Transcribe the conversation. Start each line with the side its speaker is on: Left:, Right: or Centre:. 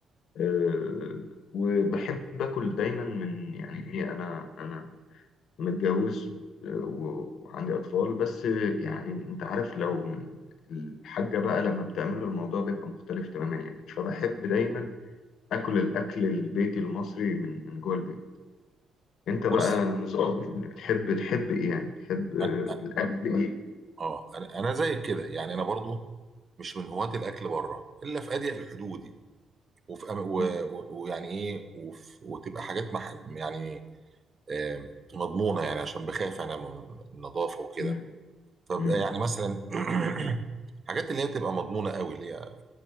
Left: آه، وبحب اكل دايما من يعني ايه انا انا متجوز آه، و- وعندي اطفال بس آه، يعني انت عارف لو من الحاجة بقى لما بتعمله الموضوع بيبقى مختلف تماما يعني فبحب دايما اكل الاكل البيتي المصري من من جوه البيت انت بقى
Right: بص
Left: النظام يعني بتحب تحب ايه يعني تحب آه،
Right: انا
Left: الاكل ايه
Right: اه انا أنا زيك كده يعني انا برضو مش من هواة الاكل بره الا في اضيق الحدود وفي أم- و-
Left: مم،
Right: و- ويعني ايه وف- وتبقى حاجات مح يعني آه، مضمونه يعني عشان بخاف انا من النظافه وكده
Left: مم،
Right: فبقى
Left: مم،
Right: يعني مثلا <clears throat> حاجات اللي هي بتبقى مضمونه قوي اللي هي